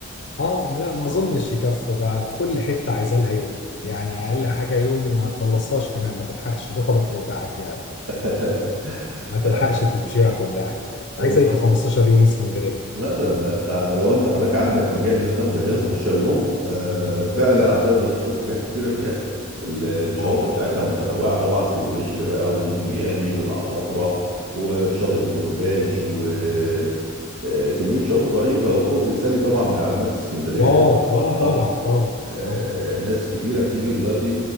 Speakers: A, on the left (about 50°); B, on the right (about 80°).
A: اه لا ما
B: اه
A: اظنش يكفوا ده في كل حته عايزه لها يوم يعني اقل حاجه يوم وما تخلصهاش كمان ما تلحقش ركبك توجعك يعني
B: <laughs>
A: ما تلحقش تمشيها كلها
B: آه.
A: عايزه يجي 15 يوم اسكندريه
B: لا ده, ده انت لو انت حضرتك عندك مجال ان انت تاخد اجازه 15 يوم آه فعلا هتقدر تشوف حاجات كتيره فيها ال- الشواطئ
A: اه
B: بتاعتها متنوعه طبعا سيدي بشر بقى وميامي والعصافره وشاطئ البروفاج وكميه شواطئ رهيبه وكوبري ستانلي طبعا من علامات اسكندريه
A: واو
B: دلوقتي
A: اه
B: اه
A: طبعا طبعا
B: آه،
A: آه.
B: ناس كتيره بتيجي دلوقتي